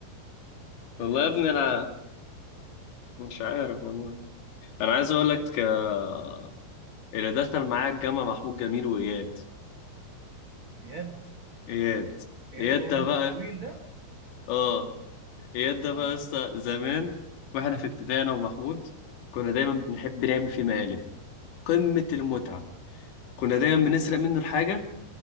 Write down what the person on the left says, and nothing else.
والله يا ابني انا مش عارف والله انا عايز اقول لك آه، اللي دخل معايا الجامعة محمود جميل واياد
اياد
اياد
ده
بقى
اه اياد
ده بقى لسه زمان واحنا في ابتدائي انا ومحمود كنا دايما بنحب نعمل فيه مقالب قمة المتعة كنا دايما بنسرق منه الحاجة